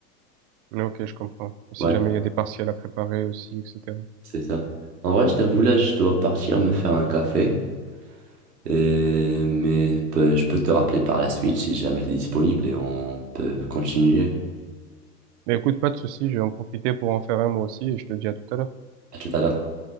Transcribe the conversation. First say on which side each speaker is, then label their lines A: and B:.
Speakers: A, on the right (about 50°); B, on the right (about 80°).
A: Ah, Ok, je comprends. Si
B: Ouais,
A: jamais il y a des partiels à préparer aussi, etc.
B: c'est ça. En vrai, je t'avoue, là, je dois partir me faire un café. Et- mais peu- je peux te rappeler par la suite si jamais tu es disponible et on peut continuer.
A: Mais écoute, pas de souci, je vais en profiter pour en faire un moi aussi et je te dis à tout à l'heure.
B: À tout à l'heure.